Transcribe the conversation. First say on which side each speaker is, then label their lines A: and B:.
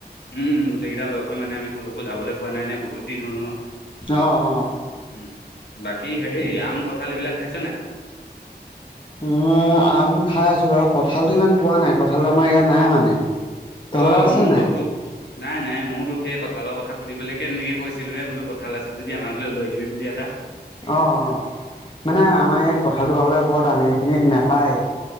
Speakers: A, on the left; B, on the left.
A: উম গোটেইকেইটা লগ হৈ মানে আমি কলৈকো যাবলে পোৱা নাই নে বহুত দিন হ'ল ন,
B: অ অ
A: উ বাকি হেৰি আম ক থাল এইবিলাক খাইছ নাই?
B: অ' আম খাই আছো বাৰু কঁঠালটো ইমান পোৱা নাই কঁঠালটো আমাৰ ইয়াত নাই মানে। তহঁতৰ
A: অ'
B: আছে
A: <unintelligible>
B: নাই
A: নাই নাই ময়ো তোক সেই কঁঠালৰ কথা সুধিবলৈকে এনেকে কৈছোলেহে বোলো কঁঠাল আছে যদি আমাৰ ঘৰলৈ আহিবি বুলি এটা।
B: অ' অ' মানে
A: উম
B: আমাৰ ইয়াত কঠালটো পাবলে বৰ টানেই এইখিনি নাপায়।